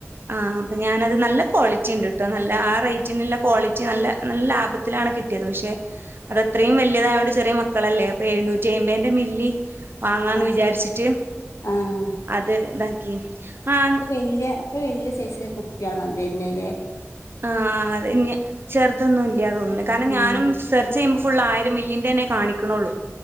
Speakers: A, on the right; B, on the left.
A: ആഹ് ഞാനത് നല്ല ക്വാളിറ്റിണ്ട്ട്ടോ നല്ല ആ റേറ്റിന്ള്ള ക്വാളിറ്റി നല്ല നല്ല ലാഭ ത്തിലാണ് കിട്ടിയത് പക്ഷെ അതത്രേം വല്ല്യതായോണ്ട് ചെറിയ മക്കളല്ലേ അപ്പൊ എഴുന്നൂറ്റി അമ്പതിന്റെ മില്ലി. വാങ്ങാന്ന്
B: ആഹ്
A: വിചാരിച്ചിട്ട്
B: ആഹ്
A: അത് ഇതാക്കി ആം
B: ഇല്ല. ഇപ്പൊ വല്യ സൈസ്ല കുപ്പിയാണ് വെര്ണല്ലെ?
A: ആ. അത് ചെർതൊന്നും ഇല്യാന്ന് തോന്ന്ണ്. കാരണം
B: ഉം
A: ഞാനും ചെർ <unintelligible> ഫുൾ ആയിരം മില്ലിന്റെന്നെ കാണിക്ക്ണ്ള്ളൂ.